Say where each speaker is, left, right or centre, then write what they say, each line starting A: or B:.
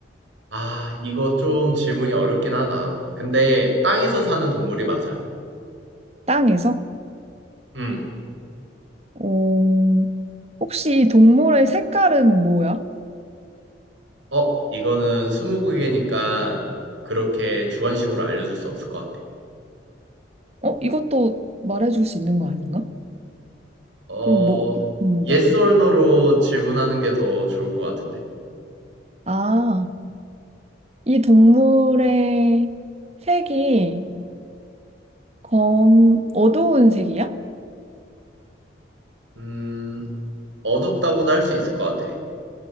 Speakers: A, on the right; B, on the right.
A: 아, 이거 좀 질문이 어렵긴 하다. 근데 땅에서 사는 동물이 맞아.
B: 땅에서?
A: 음,
B: 어, 혹시 이 동물의 색깔은 뭐야?
A: 어, 이거는 스무고개니까 그렇게 주관식으로 알려줄 수 없을 것 같아.
B: 어, 이것도 말해줄 수 있는 거 아닌가?
A: 어,
B: 그럼 뭐 어떻게 물어봐야
A: yes
B: 되는?
A: or no로 질문하는 게 더 좋을 것 같은데.
B: 아, 이 동물의 색이 검 어두운 색이야?
A: 음, 어둡다고도 할 수 있을 것 같아.